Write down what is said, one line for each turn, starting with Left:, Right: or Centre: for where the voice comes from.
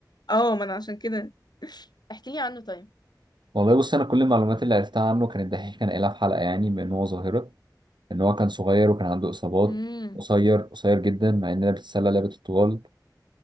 Left: اه ما انا عشان كده احكي لي عنه طيب
Right: والله بص انا كل المعلومات اللي عرفتها عنه كان الدحيح كان قايلها في حلقه يعني بان هو ظاهره ان هو كان صغير وكان عنده اصابات
Left: امم
Right: قصير قصير جدا مع اننا بتتسلى لعبه الطوال